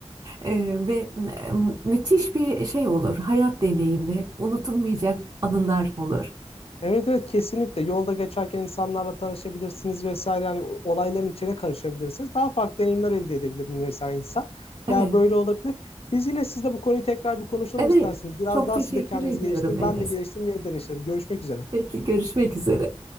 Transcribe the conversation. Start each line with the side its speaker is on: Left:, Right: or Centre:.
Right: E, ve e, müthiş bir şey olur. Hayat deneyimi, unutulmayacak anılar olur.
Left: Evet evet kesinlikle. Yolda geçerken insanlarla tanışabilirsiniz vesaire. Yani o- olayların içine karışabilirsiniz. Daha farklı deneyimler elde edebilir mesela insan.
Right: Evet,
Left: Ya böyle olabilir. Biz yine sizle bu konuyu tekrar bir konuşalım
Right: evet.
Left: isterseniz. Biraz
Right: Çok
Left: daha
Right: teşekkür
Left: siz de kendinizi
Right: ediyorum
Left: geliştirin.
Right: Enes.
Left: Ben de geliştireyim, yeniden deneşelim. Görüşmek üzere.
Right: Peki görüşmek üzere.